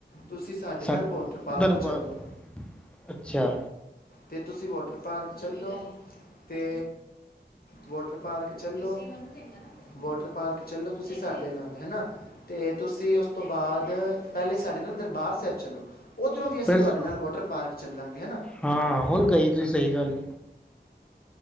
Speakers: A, on the left; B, in the centre.
A: ਤੁਸੀਂ ਸਾਡੇ
B: ਸਾ
A: ਨਾਲ ਵੋਟਰ ਪਾਰਕ
B: ਦਰਬਾਰ
A: ਚੱਲੋ।
B: ਅੱਛਾ
A: ਤੇ ਤੁਸੀਂ ਵਾਟਰ ਪਾਰਕ ਚੱਲੋ। ਤੇ ਵਾਟਰ ਪਾਰਕ ਚੱਲੋ। ਵਾਟਰ ਪਾਰਕ ਚਲੋ ਤੁਸੀਂ ਸਾਡੇ ਨਾਲ ਹਨਾ ਤੇ ਤੁਸੀਂ ਉਸ ਤੋਂ ਬਾਦ ਪੈਲੇ ਸਾਡੇ ਨਾਲ ਦਰਬਾਰ ਸਾਹਿਬ ਚੱਲੋ। ਉੱਧਰੋਂ ਦੀ ਅਸੀਂ
B: ਫਿਰ
A: ਤੁਹਾਡੇ
B: ਸ
A: ਨਾਲ ਵਾਟਰ ਪਾਰਕ ਚੱਲਾਂਗੇ ਐ ਨਾ।
B: ਹਾਂ ਹੁਣ ਕਈ ਜੇ ਸਈ ਗੱਲ